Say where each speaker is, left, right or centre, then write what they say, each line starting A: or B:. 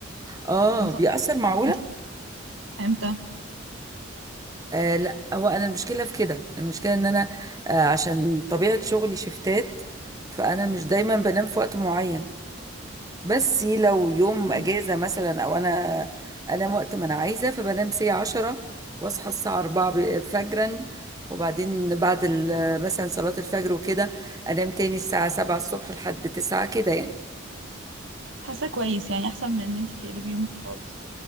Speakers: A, on the right (about 20°); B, on the right (about 75°).
A: اه
B: نظام...
A: بيأثر معقولة؟
B: انتي بتصحي امتى
A: آه لا هو انا المشكلة في كده المشكلة ان انا آه عشان طبيعة شغلي شفتات فانا مش دايما بنام في وقت معين بس لو يوم اجازة
B: بس
A: مثلا او انا انام وقت ما انا عايزة فبنام ساعة عشرة واصحى الساعة أربعة ب- فجرا وبعدين بعد ال- مثلا صلاة الفجر وكده انام تاني الساعة سبعة الصبح لحد تسعة كده يعني
B: حاسه كويس يعني احسن من ان انتي تقلبي يومك خالص